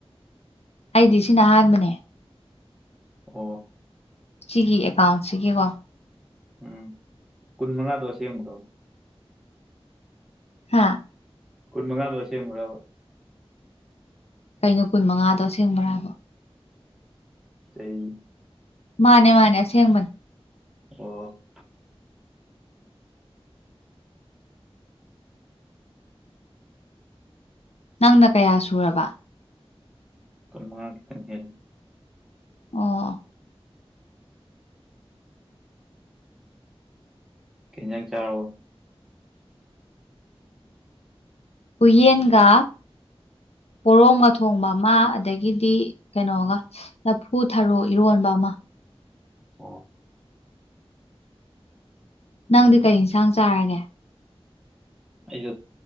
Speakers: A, on the left; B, in the centre.
A: ꯑꯩꯗꯤ ꯁꯤꯅ ꯑꯍꯥꯟꯕꯅꯦ
B: ꯑꯣ
A: ꯁꯤꯒꯤ ꯑꯦꯀꯥꯎꯟꯁꯤꯒꯤꯀꯣ
B: ꯎꯝ ꯀꯨꯟꯃꯉꯥꯗꯣ ꯑꯁꯦꯡꯕꯔꯣ
A: ꯍꯥꯥ
B: ꯀꯨꯟꯃꯉꯥꯗꯣ ꯑꯁꯦꯡꯕꯔꯕ
A: ꯀꯩꯅꯣ ꯀꯨꯟꯃꯉꯥꯗꯣ ꯑꯁꯦꯡꯕꯔꯥ ꯍꯥꯏꯕꯣ
B: ꯆꯍꯤ
A: ꯃꯥꯅꯦ ꯃꯥꯅꯦ ꯑꯁꯦꯡꯕꯅꯤ
B: ꯑꯣ
A: ꯅꯪꯅ ꯀꯌꯥ ꯁꯨꯔꯕ
B: unintelligible ꯅꯦꯠ
A: ꯑꯣ
B: ꯀꯪ ꯆꯥꯕꯣ
A: ꯍꯨꯌꯦꯟꯒ ꯄꯣꯔꯣꯡ ꯃ ꯊꯣꯡꯕ ꯑꯃ ꯑꯗꯒꯤꯗꯤ ꯀꯩꯅꯣꯒ ꯂꯐꯨ ꯊꯔꯣ ꯏꯔꯣꯟꯕ ꯑꯃ
B: ꯑꯣ
A: ꯅꯪꯗꯤ ꯀꯔꯤ ꯏꯟꯁꯥꯡ ꯆꯥꯔꯒꯦ
B: ꯑꯩꯒ